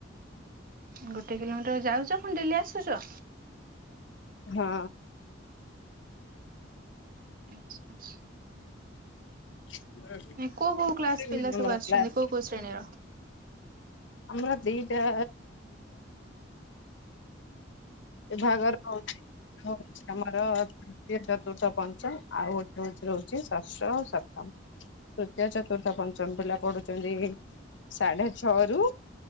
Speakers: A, on the right; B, on the left.
A: ଗୋଟେ କିଲୋମିଟର ଯାଉଛ ପୁଣି ଡେଲି ଆସୁଚ?
B: ହଁ।
A: ଆଚ୍ଛା।
B: <unintelligible>
A: କୋଉ କୋଉ କ୍ଲାସ ପିଲା
B: କ୍ଲାସ।
A: ସବୁ ଆସୁଛନ୍ତି କୋଉ କୋଉ ଶ୍ରେଣୀର?
B: ଆମର ଦି ଟା। ଏ ଭାଗର ହଉଛି <unintelligible> ତୃତୀୟ, ଚତୁର୍ଥ, ପଞ୍ଚମ ଆଉ ଗୋଟେ ହଉ ରହୁଛି ଷଷ୍ଠ ଆଉ ସପ୍ତମ। ତୃତୀୟ, ଚତୁର୍ଥ, ପଞ୍ଚମ ପିଲା ପଢୁଛନ୍ତି ସାଢେ ଛଅରୁ।